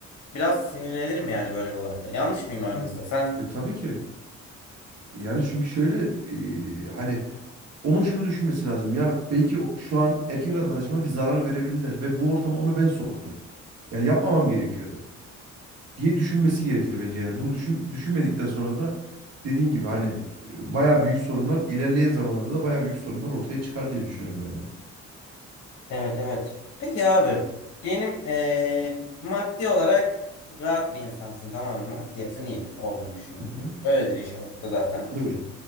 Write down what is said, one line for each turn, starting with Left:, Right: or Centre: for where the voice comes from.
Left: biraz sinirlenirim yani böyle bir olayda. Yanlış mıyım abi
Right: Hmm.
Left: mesela? Sen
Right: E tabii ki. Yani çünkü şöyle e, hani onun şunu düşünmesi lazım. Ya belki o- şu an erkek arkadaşıma bir zarar verebilirler ve bu ortama onu ben soktum. Yani yapmamam gerekiyordu. diye düşünmesi gerekir bence. Yani bunu düşün, düşünmedikten sonra da dediğin gibi hani e, bayağı büyük sorunlar ilerleyen zamanlarda da bayağı büyük sorunlar ortaya çıkar diye düşünüyorum yani.
Left: Evet evet. Peki abi diyelim eee, maddi olarak rahat bir insansın tamam mı? Maddiyatın iyi olduğunu düşünüyorum.
Right: Hı hı.
Left: Öyledir inşallah da zaten.
Right: Öyle.